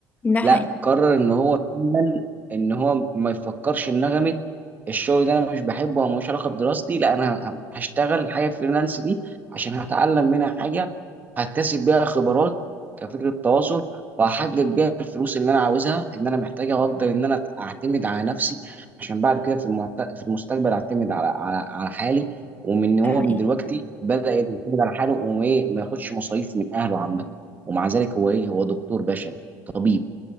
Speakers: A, on the left; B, on the right.
A: ده
B: لا
A: حقيقي
B: قرر ان هو فعلا ان هو ما يفكرش ان نغمه الشغل ده انا مش بحبه او ملوش علاقه بدراستي لا انا ه- هشتغل الحاجه فريلانس دي عشان هتعلم منها حاجه هكتسب بيها خبرات كفكره تواصل وهحقق بيها الفلوس اللي انا عاوزها ان انا محتاجها واقدر ان انا اعتمد على نفسي عشان بعد كده في المعت... في المستقبل اعتمد على على على حالي ومن هو
A: ده حقيقي
B: من دلوقتي بدأ يعتمد على حاله وايه ما ياخدش مصاريف من اهله عامه ومع ذلك هو ايه هو دكتور بشري طبيب